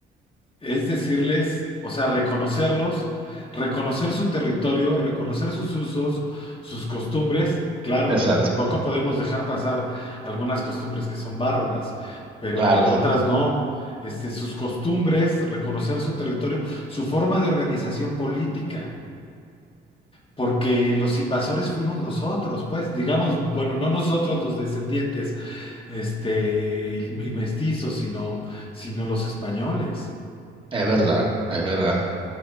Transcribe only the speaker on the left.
es decirles, o sea, reconocerlos, reconocer su territorio, reconocer sus usos, sus costumbres. Claro,
tampoco podemos dejar pasar algunas costumbres que son bárbaras, pero
otras no. Este, sus costumbres, reconocer su territorio, su forma de organización política, porque los invasores fuimos nosotros, pues, digamos, bueno, no nosotros los descendientes, este, y y mestizos, sino, sino los españoles.